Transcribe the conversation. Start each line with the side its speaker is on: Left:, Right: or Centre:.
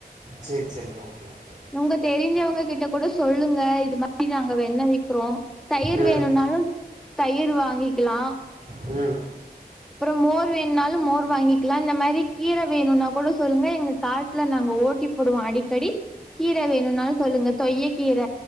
Right: சேரி சேரிங்க ஓகே ஓகே
Centre: உங்க தெரிஞ்சவங்க கிட்ட குட சொல்லுங்க இது மாரி நாங்க வெண்ண விக்கிறோ தயிர்
Right: ம்
Centre: வேணுன்னாலு தயிர் வாங்கிக்கிலா
Right: ம்
Centre: அப்பறோ மோர் வேணுன்னாலு மோர் வாங்கிக்கிலா இந்த மாரி கீர வேணுன்னா கூட சொல்லுங்க எங்க காட்ல நாங்க ஓட்டி போடுவோ அடிக்கடி கீர வேணுன்னாலு சொல்லுங்க தொய்யக்கீர